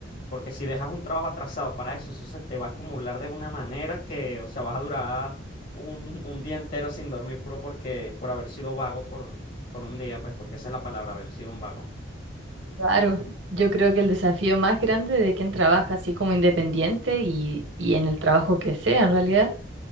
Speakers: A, on the left (about 50°); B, on the right (about 80°).
A: Porque si dejas un trabajo atrasado para eso, eso se te va a acumular de una manera que, o sea, vas a durar un, un día entero sin dormir, puro porque, por haber sido vago por, por un día, pues porque esa es la palabra, haber sido un vago.
B: Claro, yo creo que el desafío más grande de quien trabaja así como independiente y, y en el trabajo que sea en realidad,